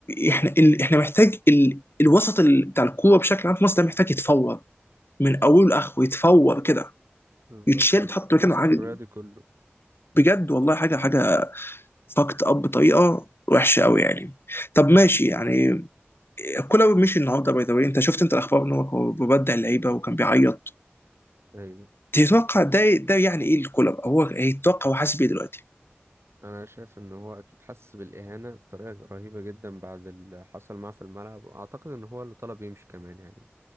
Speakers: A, on the left; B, on the right.
A: احنا ال- احنا محتاج ال... الوسط ال... بتاع الكوره بشكل عام في مصر ده محتاج يتفور من اوله لاخره يتفور كده
B: بالظبط
A: يتشال
B: ال-
A: ويتحط
B: الوسط
A: مكانه حاجه
B: الرياضي كله
A: بجد والله حاجه حاجه فاكت اب بطريقه وحشه قوي يعني طب ماشي يعني كولر مشي النهارده باي ذا واي انت شفت انت الاخبار ان هو ببدع اللعيبه وكان بيعيط
B: ايوه
A: تتوقع ده ده يعني ايه الكولر هو يتوقع هو حاسس بيه دلوقتي
B: انا شايف ان هو اكيد حس بالاهانه بطريقه رهيبه جدا بعد اللي حصل معاه في الملعب واعتقد ان هو اللي طلب يمشي كمان يعني